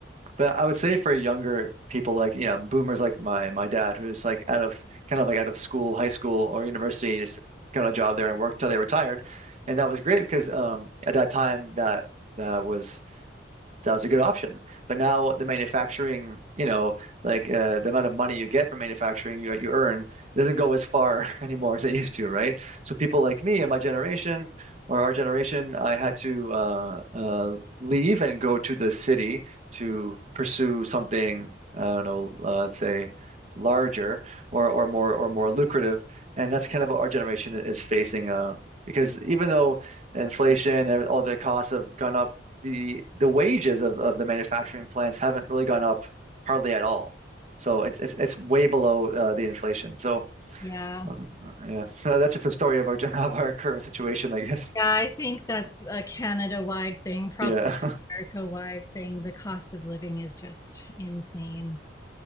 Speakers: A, on the right; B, on the left.
A: But I would say for younger people like, you know, boomers like my my dad, who's like out of kind of like out of school, high school or university, just got a job there and worked till they retired. And that was great because um at that time that that was That was a good option. But now the manufacturing, you know, like uh, the amount of money you get from manufacturing, you, you earn, it doesn't go as far <laughs> anymore as it used to, right? So people like me and my generation or our generation, I had to uh, uh, leave and go to the city to pursue something, I don't know, uh, let's say larger or, or more or more lucrative. And that's kind of what our generation is facing uh, because even though inflation and all the costs have gone up, the the wages of, of the manufacturing plants haven't really gone up hardly at all. So it's it's, it's way below uh, the inflation. So
B: Yeah.
A: um, yeah, <laughs> that's just a story of our <laughs> of our current situation, I guess.
B: Yeah, I think that's a Canada-wide thing, probably
A: Yeah. <laughs>
B: America-wide thing. The cost of living is just insane.